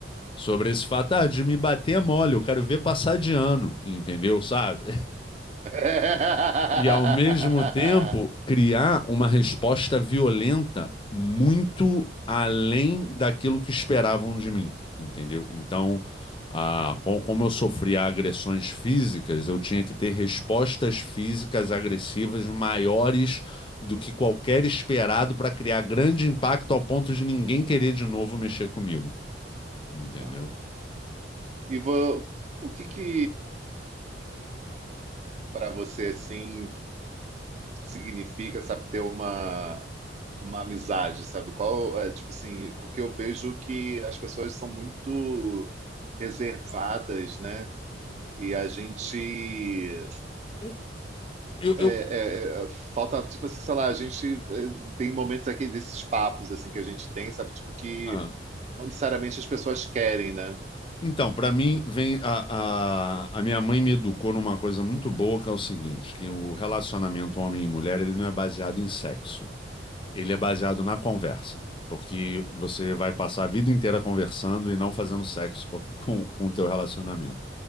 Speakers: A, on the left (about 30°); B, on the right (about 40°).
A: sobre esse fato, ah, de me bater é mole, eu quero ver passar de ano, entendeu? Sabe?
B: <laughs>
A: E ao mesmo tempo criar uma resposta violenta muito além daquilo que esperavam de mim, entendeu? Então, ah, com- como eu sofria agressões físicas, eu tinha que ter respostas físicas agressivas maiores do que qualquer esperado para criar grande impacto ao ponto de ninguém querer de novo mexer comigo, entendeu?
B: Não. E vo- o que que para você assim significa, sabe, ter uma uma amizade, sabe? Qual é, tipo assim, porque eu vejo que as pessoas são muito reservadas, né? E a gente
A: O- Eu,
B: É,
A: eu,
B: é, é, falta, tipo assim, sei lá, a gente é, tem momentos aqui desses papos, assim, que a gente tem, sabe? Tipo, que
A: ah.
B: não necessariamente as pessoas querem, né?
A: Então, para mim, vem a, a, a minha mãe me educou numa coisa muito boa, que é o seguinte, que o relacionamento homem e mulher, ele não é baseado em sexo, ele é baseado na conversa, porque você vai passar a vida inteira conversando e não fazendo sexo com, <laughs> com, com o teu relacionamento.